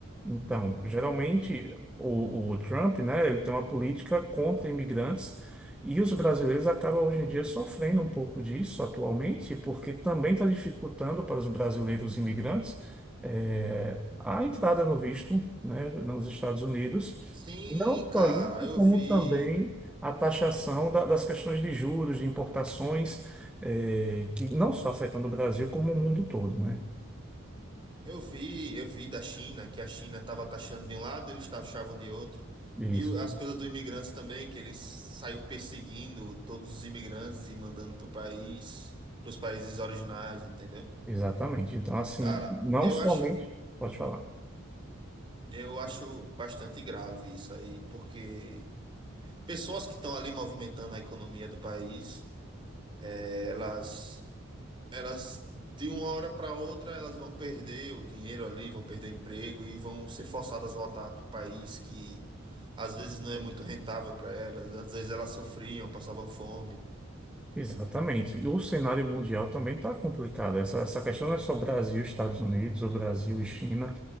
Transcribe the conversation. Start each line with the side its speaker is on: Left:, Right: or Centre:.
Centre: Então, geralmente o, o Trump, né, ele tem uma política contra imigrantes e os brasileiros acabam hoje em dia sofrendo um pouco disso atualmente, porque também está dificultando para os brasileiros imigrantes eh, a entrada no visto, né, nos Estados Unidos.
Right: Sim,
Centre: Não
Right: cara,
Centre: só isso,
Right: eu
Centre: como
Right: vi,
Centre: também a taxação da- das questões de juros, de importações, eh, que não só afetando o Brasil, como o mundo todo, né?
Right: eu vi, eu vi da China que a China estava taxando de um lado, eles taxavam de outro.
Centre: Isso.
Right: E o- as coisas dos imigrantes também, que eles saiu perseguindo todos os imigrantes e mandando pro país, pros países originais, entendeu?
Centre: Exatamente. Então, assim,
Right: Cara,
Centre: não
Right: eu
Centre: somente.
Right: acho
Centre: Pode falar.
Right: Eu acho bastante grave isso aí, porque pessoas que estão ali movimentando a economia do país, eh, elas, elas de uma hora para outra elas vão perder o dinheiro ali, vão perder o emprego e vão ser forçadas a voltar para o país que às vezes não é muito rentável para elas, às vezes elas sofriam, passavam fome.
Centre: Exatamente. E o cenário mundial também está complicado. Essa, essa questão não é só Brasil, Estados Unidos, ou Brasil e China.